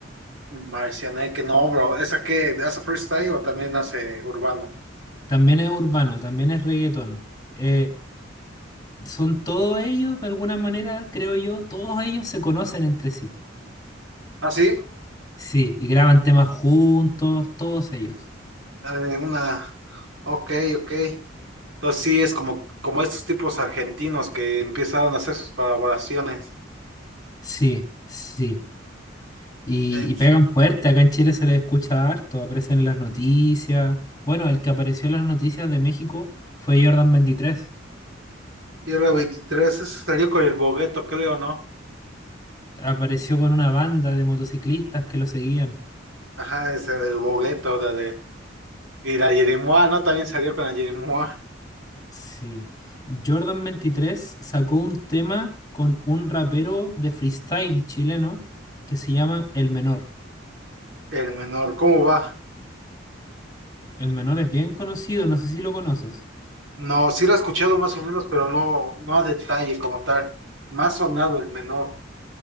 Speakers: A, on the right; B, on the left.
A: Marcianeque, no, bro. ¿Esa que ¿Hace freestyle o también hace urbano?
B: También es urbano, también es reggaetón. Eh, son todos ellos, de alguna manera, creo yo, todos ellos se conocen entre sí.
A: Ah, sí.
B: Sí, y graban temas juntos, todos ellos.
A: Eh, una. Ok, ok. Entonces sí, es como, como estos tipos argentinos que empezaron a hacer sus colaboraciones.
B: Sí, sí. Y,
A: El
B: y pegan fuerte, acá en Chile se les escucha harto, aparecen en las noticias. Bueno, el que apareció en las noticias de México fue Jordan 23.
A: Tierra veintitrés, eso salió con el Bogueto, creo, ¿no?
B: Apareció con una banda de motociclistas que lo seguían.
A: Ajá, ese del Bogueto, la de. Y la Yeremoa, ¿no? También salió con la Yeremoa.
B: Sí. Jordan veintitrés sacó un tema con un rapero de freestyle chileno que se llama El Menor.
A: El menor, ¿cómo va?
B: El Menor es bien conocido, no sé si lo conoces.
A: No, sí lo he escuchado más o menos, pero no, no a detalle como tal. Más sonado el menor.